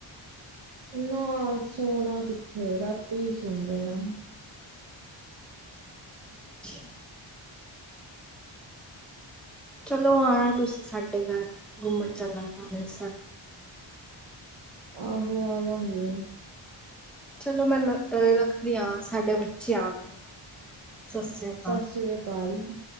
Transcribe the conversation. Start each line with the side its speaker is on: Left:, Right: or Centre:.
Right: ਨਾ ਸੋਣਾ ਕਿੱਥੇ, ਰਾਤੀ ਸੋਂਦੇ ਆ।
Centre: ਹਮ। ਚਲੋ ਆਉਣਾ ਤੁਸੀਂ ਸਾਡੇ ਘਰ ਘੁੰਮਣ ਚੱਲਾਂਗੇ ਅੰਮ੍ਰਿਤਸਰ।
Right: ਆਹਹੋ ਆਵਾਂਗੇ।
Centre: ਚਲੋ ਮੈਂ ਅ ਰੱਖਦੀ ਹਾਂ ਸਾਡੇ ਬੱਚੇ ਆ ਗਏ ਨੇ। ਸਤਿ ਸ੍ਰੀ ਅਕਾਲ
Right: ਸਤਿ ਸ੍ਰੀ ਅਕਾਲ ਜੀ।